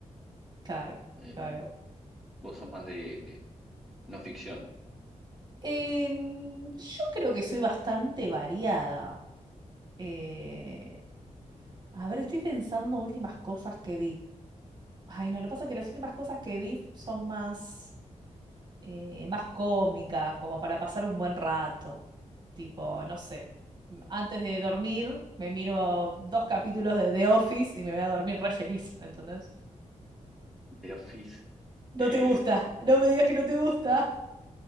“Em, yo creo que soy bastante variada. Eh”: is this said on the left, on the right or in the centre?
Right